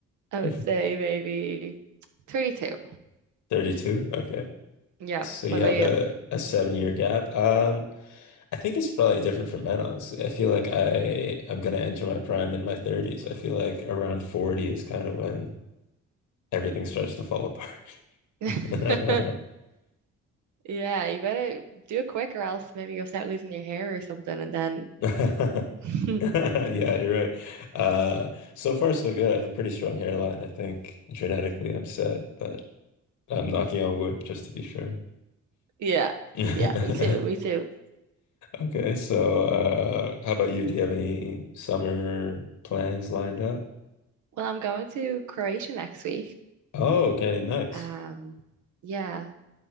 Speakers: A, on the right; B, on the left.
A: I would
B: <laughs>
A: say maybe 32.
B: 32? Okay.
A: Yeah.
B: So you
A: What about
B: have a, a seven year gap. Um, I think it's probably different for men, honestly. I feel like I I'm gonna enter my prime in my 30s. I feel like around 40 is kind of when everything starts to fall
A: you?
B: apart.
A: <laughs> Yeah, you better do it quick or else maybe you'll start losing your hair or something and then
B: <laughs> <laughs>
A: <laughs>
B: Yeah, you're right. Uh, so far, so good. I have a pretty strong hairline. I think genetically I'm set, but I'm knocking on wood just to be sure.
A: yeah.
B: <laughs>
A: Yeah, me too, me too.
B: Okay, so uh, how about you? Do you have any summer plans lined up?
A: Well, I'm going to Croatia next week.
B: Oh, okay, nice.
A: Um yeah,